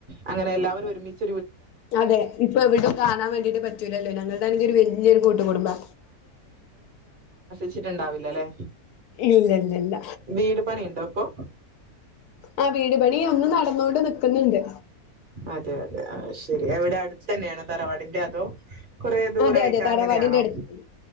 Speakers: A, on the right; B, on the left.
A: അങ്ങനെ എല്ലാവരും ഒരുമിച്ച്
B: അതെ ഇപ്പൊ എനവിടും കാണാൻ വേണ്ടിട്ട് പറ്റ് പറ്റൂലല്ലോ ഞങ്ങൾതാണെങ്കി ഒരു വെല്ല്യൊരു കൂട്ടു കുടുംബാ
A: ച്ചിട്ടുണ്ടാവില്ലല്ലേ
B: ഇല്ലല്ലല്ല
A: വീട് പണിയുണ്ടോ ഇപ്പൊ?
B: ആഹ് വീടുപണി ഒന്ന് നടന്നോണ്ട് നിക്കുന്നുണ്ട്
A: അതെയതെ ആഹ് ശരി എവിടെ അടുത്തെന്നെയാണോ തറവാടിന്റെ അതോ കൊറേ ദൂരായിട്ട്
B: അതെയതെ തറവാടിന്റെ
A: അങ്ങനെയാണോ?
B: അടുത്ത്